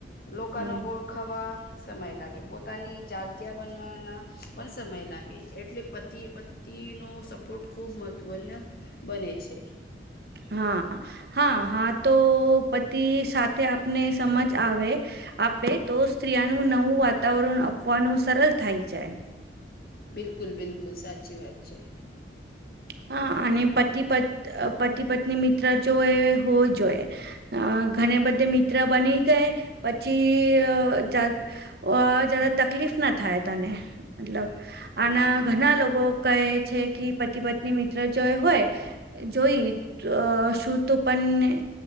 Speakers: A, on the left (about 55°); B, on the right (about 55°).
A: લોકોનો
B: હમ
A: ઓળખાવા સમય લાગે પોતાની જગ્યા બનવાના પણ સમય લાગે એટલે પતિએ પત તી નો સપોર્ટ ખુબ મહત્વ ન બને છે.
B: હા હા હા તો પતિ સાથે આપને સમજ આવે. આપે તો સ્ત્રીયાનું નવું વાતાવરણ આપવાનું સરલ થઈ જાય.
A: બિલકુલ બિલકુલ સાચી વાત છે.
B: હા, અને પતિ પત અહ પતિ પત્ની મિત્ર જો એ હોજ હોએ. અહ ઘને બધે મિત્ર બની ગય પછી અહ જાગ ઓ જ્યાદા તકલીફ ના થાય તને મતલબ આના
A: હા
B: ઘણા લોકો કહે છે કી પતિ પત્ની મિત્ર જો હોય જોઈ તો શું તો પણ